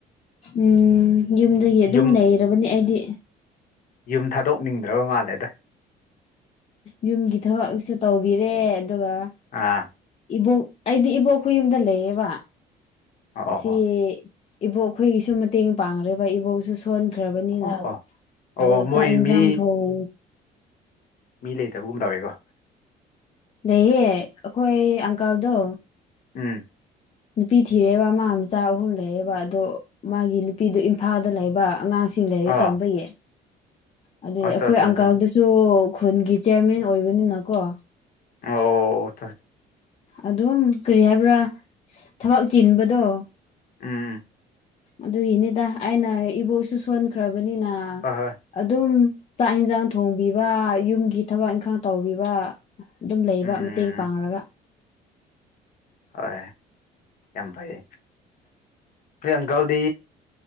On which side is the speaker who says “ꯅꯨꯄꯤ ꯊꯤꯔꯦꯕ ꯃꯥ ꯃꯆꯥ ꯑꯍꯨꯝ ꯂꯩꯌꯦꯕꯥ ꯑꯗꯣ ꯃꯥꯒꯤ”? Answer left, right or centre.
Left